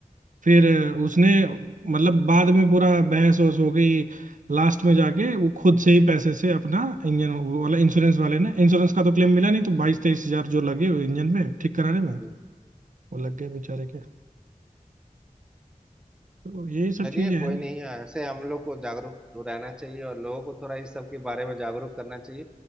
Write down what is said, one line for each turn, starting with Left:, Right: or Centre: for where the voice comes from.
Right: फिर अ, उसने मतलब बाद में पूरा बहस वहस हो गई लास्ट में जाके वो खुद से ही पैसे से अपना इंजन वो वाला इंश्योरेंस वाले ने इंश्योरेंस का तो क्लेम मिला नहीं तो बाईस तेईस हजार जो लगे वो इंजन में ठीक कराने में
Centre: हम्म।
Right: वो लग गए बेचारे के तो यही सब
Centre: चलिए
Right: चीजें
Centre: कोई
Right: हैं
Centre: नहीं ऐसे हम लोग को जागरूक तो रहना चाहिए और लोगों को थोड़ा इस सब के बारे में जागरूक करना चाहिए